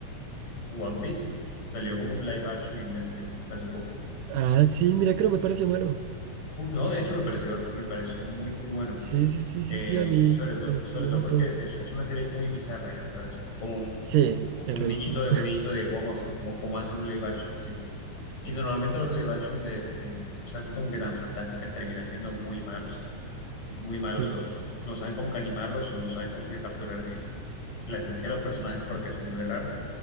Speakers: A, on the left; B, on the right.
A: a One Piece, salió como un live action en Netflix hace poco.
B: Ah, sí, mira que no me pareció malo.
A: Uf, no, de hecho me pareció, me pareció muy, muy bueno.
B: Sí, sí, sí, sí,
A: Eh,
B: sí, a mí,
A: y sobre todo,
B: a mí
A: sobre
B: me
A: todo
B: gustó.
A: porque es, es una serie muy bizarra, ya, o sea, es como un,
B: Sí,
A: un-
B: es
A: un
B: rarísima.
A: niñito de un
B: <laughs>
A: niñito de goma, o sea, como, como hacen un live action, sí. Y normalmente los live action de, de- de cosas así como que tan fantásticas termina siendo muy malos, o sea, muy malos.
B: Sí,
A: lo- no saben cómo que animarlos o no saben cómo que capturar bien la esencia de los personajes porque son muy raros,